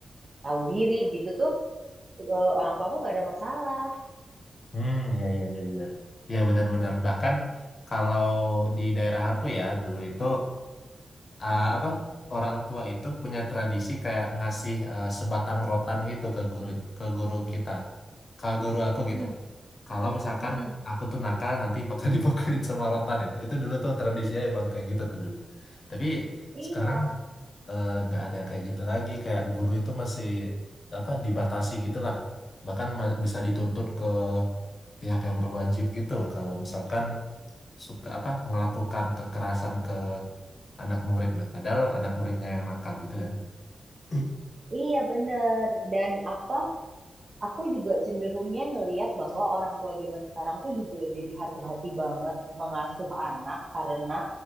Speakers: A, on the right; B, on the left.
A: tahu diri gitu tuh, eh, orang tuaku nggak ada masalah.
B: Hmm, ya, ya, ya, ya. Ya, benar-benar. Bahkan kalau di daerah aku ya dulu itu eh, apa orang tua itu punya tradisi kayak ngasih eh, sebatang rotan gitu ke guru ke guru kita, ke guru aku
A: Mm-mm,
B: gitu. kalau misalkan
A: mm-mm.
B: aku tuh nakal nanti bakal <laughs> dipukulin sama rotan itu itu dulu tuh tradisinya emang kayak gitu tuh dulu tapi
A: Iya,
B: sekarang eh, nggak ada yang kayak gitu lagi kayak guru itu masih apa dibatasi gitu lah bahkan ma- bisa dituntut ke pihak yang berwajib gitu kalau misalkan suka apa melakukan kekerasan ke anak murid Nah, padahal anak muridnya yang nakal gitu kan <clears throat>
A: iya bener. Dan apa? aku juga cenderungnya ngelihat bahwa orang tua zaman sekarang tuh juga jadi hati-hati banget mengasuh anak karena